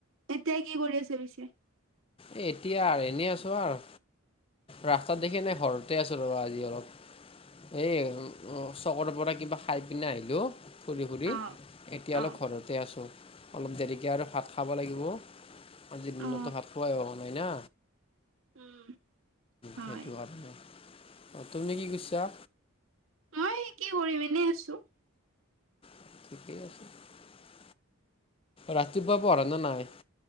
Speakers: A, on the right (about 65°); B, on the left (about 25°).
A: তিয়া কি কৰি আছে পিছে?
B: এ এতিয়া আৰু এনেই আছো আৰু। ৰাস্তাটো দেখি নাই ঘৰতে আছো ৰ'বা আজি অলপ। এ, চহৰৰ পৰা কিবা খাই পিনে আহিলো। ফুৰি ফুৰি
A: অ
B: এতিয়া
A: অ
B: অলপ ঘৰতে আছোঁ। অলপ দেৰিকে আৰু ভাত খাব লাগিব, আজি দিনতো
A: অ
B: ভাত খুৱাই হোৱা নাই না।
A: উম। হয়
B: সেইটো কাৰণে, অ' তুমি কি কৰিছা?
A: এই কি কৰিম এনেই আছো।
B: <unintelligible> ৰাতিপুৱা পৰা না নাই?